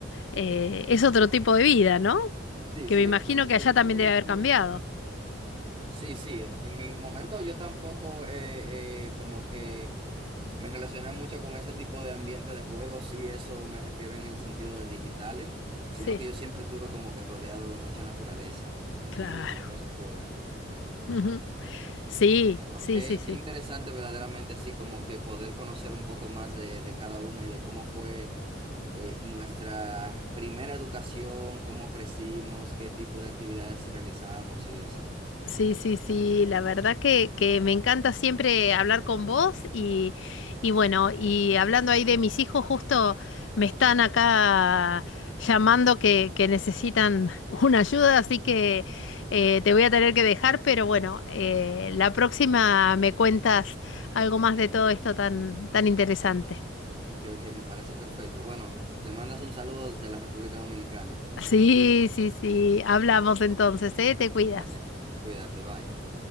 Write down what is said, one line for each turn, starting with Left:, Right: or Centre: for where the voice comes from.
Left: eh, es otro tipo de vida, ¿no?
Right: Sí,
Left: Que
Right: sí,
Left: me imagino
Right: es totalmente
Left: que allá
Right: diferente
Left: también debe haber cambiado.
Right: ahora. Sí, sí, en, en mi momento yo tampoco eh, eh, como que... Me relaciona mucho con ese tipo de ambiente de juegos y eso me refiero en el sentido de digitales, sino
Left: Sí,
Right: que yo siempre estuve como que rodeado de mucha naturaleza
Left: claro.
Right: y de juegos afuera.
Left: Ujú. Sí,
Right: Pero
Left: sí,
Right: qué,
Left: sí, sí.
Right: qué interesante verdaderamente así como que poder conocer un poco más de, de cada uno y de cómo fue eh, nuestra primera educación, cómo crecimos, qué tipo de actividades sí realizábamos y eso.
Left: Sí, sí, sí. La verdad que, que me encanta siempre hablar con vos y, y bueno, y hablando ahí de mis hijos, justo me están acá llamando que, que necesitan <laughs> una ayuda, así que eh, te voy a tener que dejar, pero bueno, eh, la próxima me cuentas algo más de todo esto tan, tan interesante.
Right: Ok, ok, me parece perfecto. Bueno, le mandas un saludo desde la República Dominicana.
Left: Sí, sí, sí. Hablamos entonces, ¿eh? Te cuidas.
Right: Dale, cuídate, bye.